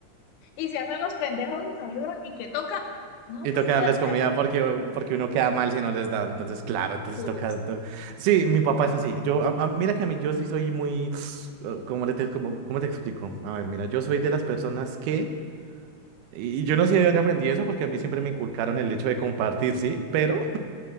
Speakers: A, on the left (about 80°); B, on the right (about 85°).
A: y se hacen los pendejos y saludan y que toca, no,
B: Y
A: pues
B: toca
A: quédate
B: darles comida
A: al
B: porque, porque uno queda mal si no les da. Entonces, claro, entonces
A: gusto.
B: toca. to- Sí, mi papá es así. Yo, a- a- mira que a mí yo sí soy muy. <sniffs> ¿Cómo le te, cómo, cómo te explico? A ver, mira, yo soy de las personas que. Y yo no sé de dónde aprendí eso porque a mí siempre me inculcaron el hecho de compartir, ¿sí? Pero,